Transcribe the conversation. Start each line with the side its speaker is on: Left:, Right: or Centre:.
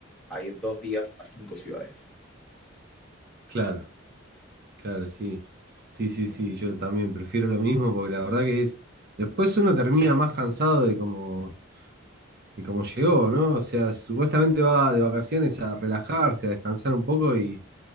Centre: a ir 2 días a 5 ciudades.
Right: claro. Claro, sí. Sí, sí, sí, yo también prefiero lo mismo porque la verdad que es, después uno termina más cansado de cómo, de cómo llegó, ¿no? O sea, supuestamente va de vacaciones a relajarse, a descansar un poco y,